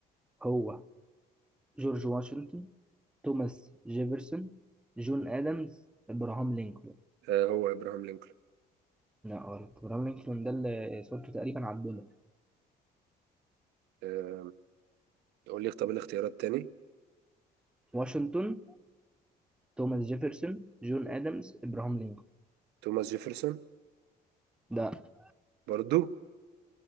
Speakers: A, in the centre; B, on the right.
A: هو جورج واشنطن توماس جيفرسون جون ادمز ابراهام لينكولن
B: آه، هو إبراهام لينكولن
A: لا غلط ابراهام لينكولن ده اللي صورته تقريبا على الدولار
B: آه، قول لي طب الاختيارات تاني
A: واشنطن توماس جيفرسون جون ادمز ابراهام لينكولن
B: توماس جيفرسون
A: ده
B: برضو